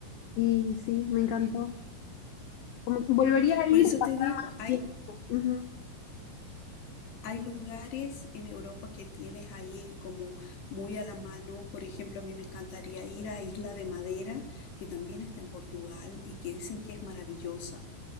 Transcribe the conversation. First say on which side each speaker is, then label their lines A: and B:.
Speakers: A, on the left; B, on the left.
A: Y sí, me encantó. Como que volvería a ir
B: Por eso
A: para
B: te digo, hay,
A: tiempo. Ujú,
B: hay lugares en Europa que tienes ahí como muy a la mano. Por ejemplo, a mí me encantaría ir a Isla de Madera, que también está en Portugal y que dicen que es maravillosa.